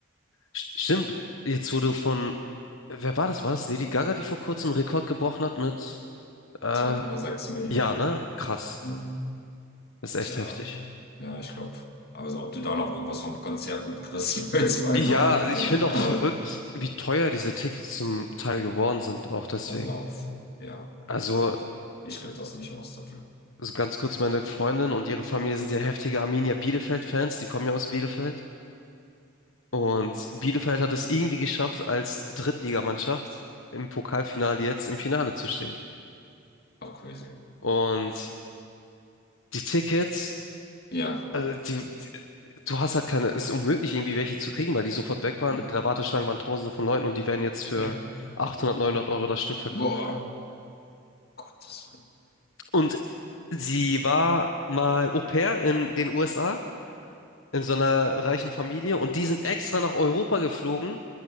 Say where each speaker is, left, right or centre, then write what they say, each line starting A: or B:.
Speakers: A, on the left; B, on the left.
A: St- Stimmt, jetzt wurde von, wer war das? War das Lady Gaga, die vor kurzem einen Rekord gebrochen hat mit, äh,
B: Zwei Komma sechs Millionen.
A: ja, ne? Krass.
B: Hm.
A: Das ist
B: Tja,
A: echt heftig.
B: ja, ich glaube. Also ob du da noch irgendwas vom Konzert mitkriegst, <laughs> 2,6
A: Ja,
B: Millionen.
A: ich finde auch
B: Aber
A: verrückt, wie teuer diese Tickets zum Teil geworden sind, auch deswegen.
B: Lauf. Ja.
A: Also,
B: Lauf. Ich krieg das nicht aus dafür.
A: also ganz kurz, meine Freundin und ihre Familie sind ja heftige Arminia Bielefeld-Fans, die kommen ja aus Bielefeld. Und Bielefeld hat es irgendwie geschafft, als Drittligamannschaft im Pokalfinale jetzt im Finale zu stehen.
B: Ach, crazy.
A: Und die Tickets
B: Ja.
A: Also die, die, du hast halt keine, es ist unmöglich, irgendwie welche zu kriegen, weil die sofort weg waren.
B: Hm.
A: In der Warteschlange waren Tausende von Leuten und die werden jetzt für
B: Ja.
A: 800, 900 Euro das Stück verkauft.
B: Boah. Gottes Willen.
A: Und sie war mal Au-pair in den USA, in so einer reichen Familie und die sind extra nach Europa geflogen